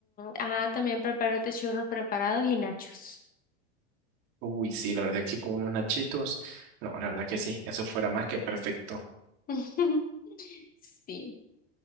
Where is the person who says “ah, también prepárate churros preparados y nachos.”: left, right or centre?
Left